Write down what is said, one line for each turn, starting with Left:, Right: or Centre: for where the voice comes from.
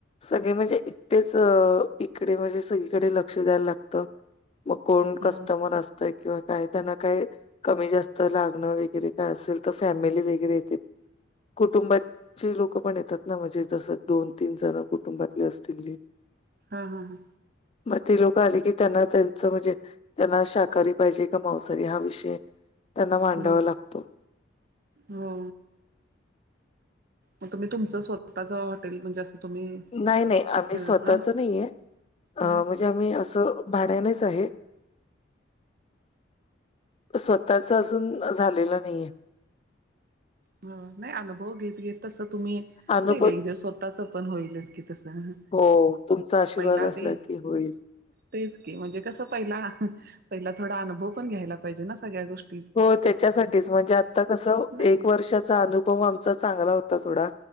Left: सगळे म्हणजे इटेच इकडे म्हणजे सगळीकडे लक्ष द्यायला लागतं मग कोण
Right: हा
Left: कस्टमर असतं किंवा काय त्यांना काय कमी जास्त लागणं वगैरे काय असेल तर फॅमिली वगैरे येते कुटुंबाचे लोक पण येत ात ना म्हणजे जस दोन तीन जण कुटुंबातले असतील
Right: हा हा हा
Left: मग ते लोक आले की त्यांना त्यांचं म्हणजे त्यांना शाकाहारी पाहिजे का मांसारी हा विषय त्यांना मांडावा
Right: हो
Left: लागतो
Right: हो मग तुम् तुमचं स्वतःं हॉटे म्हणजे तुम्ही
Left: नाही नाही आम्ही
Right: बिझनेसला
Left: स्वतःच नाही आहे अ
Right: ह
Left: म्हणजे आम्ही असं भाड्यानेच आहे स्वतःच अजून झालेला नाहीये
Right: नाही अनुभव घेत घेत तसं तुम्ही
Left: अनुभव
Right: होईल एक दिवस स्वतःच पण होईलच कि तसं
Left: हो तुमचा आशीर्वाद
Right: पहिला आधी
Left: असला की होईल.
Right: तेच की म्हणजे कसं पहिला पहिला थोडा अनुभव पण घ्यायला पाहिजे ना सगळ्या गोष्टी
Left: हो त्याच्यासाठीच म्हणजे आता कसं
Right: नाही
Left: एक वर्ष चा अनुभव आमचा चांगला होता थोडा